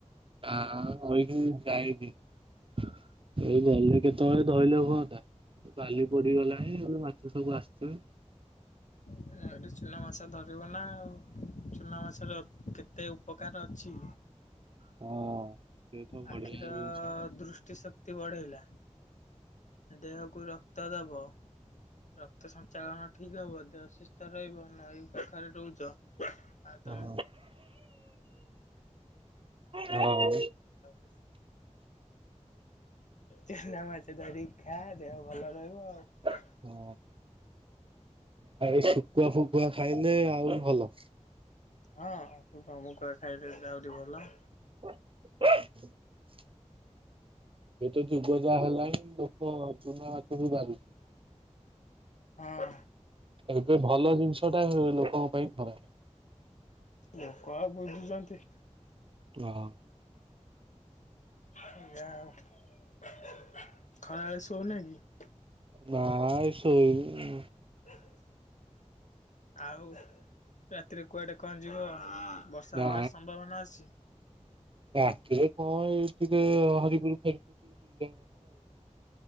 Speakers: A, on the right (about 45°); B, on the left (about 80°).
A: <unintelligible> ଏଇ ଗଲେ କେତେବଳେଧଇଲେ ହୁଅନ୍ତା ବାଲି ପଡିଗଲାଣି ମାଛ ସବୁ ଆସିଥିବେ।
B: <unintelligible> ଏଠି ଚୁନା ମାଛ ଧରିବ ନା ଆଉ ଚୁନା ମାଛର କେତେ ଉପକାର ଅଛି।
A: ହଁ। ସେ ତ ବଢିଆ
B: ଆଖିର
A: ଜିନିଷ।
B: ଦୃଷ୍ଟି ଶକ୍ତି ବଢେଇଲା। ଦେହକୁ ରକ୍ତ ଦବ ରକ୍ତ ସଞ୍ଚାଳନ ଠିକ ହବ ଦେହ ସୁସ୍ ସୁସ୍ତ ରହିବ ନଈ ପାଖାରେ ରୋହୁଚ। ଆଉ
A: ହଁ ହଁ
B: <unintelligible> ଚୁନା ମାଛ ଧରିକି ଖା ଦେହ ଭଲ ରହିବ ଆଉ।
A: ହଁ <unintelligible> ଶୁଖୁଆ ଫୁକୁୁଆ ଖାଇଲେ ଆହୁରି ଭଲ।
B: ହଁ ସୁଖୁଆ ଫୁକୁଆ ଖାଇଲେ ସେଟା ଆହୁରି ଭଲ।
A: <inaudible> ଏତ ଯୁଗ ଯା ହେଲାଣି ଲୋକ ଚୁନା ମାଛ ବି ବାରୁ
B: ହଁ।
A: ଏବେ ଭଲ ଜିନିଷ ଟା ଲୋକଙ୍କ ପାଇଁ ଖରାପ।
B: ଲୋକ ଆଉ ବୁଝୁଚନ୍ତି।
A: <inaudible>
B: <unintelligible> ଆଉ ଖରାବେଳେସୁଉନା କି?
A: ନାଇ ଶୋଇନି।
B: <inaudible> ଆଉ ରାତିରେ କୁଆଡ଼େ କଣ ଯିବ ବର୍ଷା
A: ନା
B: ହବାର ସମ୍ଭାବନା ଅଛି।
A: ରାତିରେ କଣ ଏ ଟିକେ ହରିପୁର <unintelligible> <inaudible>